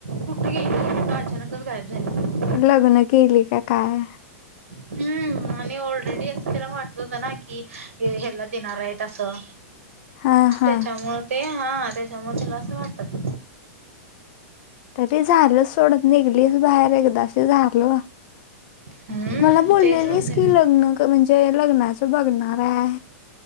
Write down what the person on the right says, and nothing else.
कुठे गेले अचानकच गायब झाली.
हम्म आणि ऑलरेडी असं तेला वाटत होत ना की हेल्या देणार आहेत असं
त्याच्यामुळ ते हां त्याच्यामुळ त्याला असं वाटत.
हम्म
तेच म्हणते